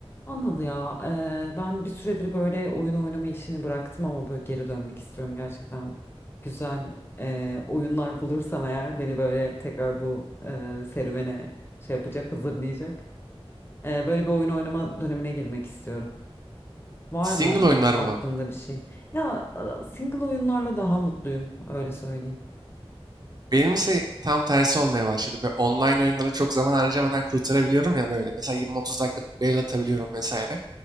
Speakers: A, on the left; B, on the right.
A: Anıl ya, eee, ben bir süredir böyle oyun oynama işini bıraktım ama böyle geri dönmek istiyorum gerçekten. Güzel eee, oyunlar bulursam eğer beni böyle tekrar bu eee, serüvene şey yapacak, hazırlayacak. Eee, böyle bir oyun oynama dönemine girmek istiyorum. Var
B: Single
A: mı
B: oyunlar
A: aklında
B: mı?
A: bir şey? Ya a- single oyunlarla daha mutluyum, öyle söyleyeyim.
B: Benim ise tam tersi olmaya başladı. Böyle online oyunlara çok zaman harcamadan kurtarabiliyorum ya böyle. Mesela 20-30 dakikalık bail atabiliyorum vesaire.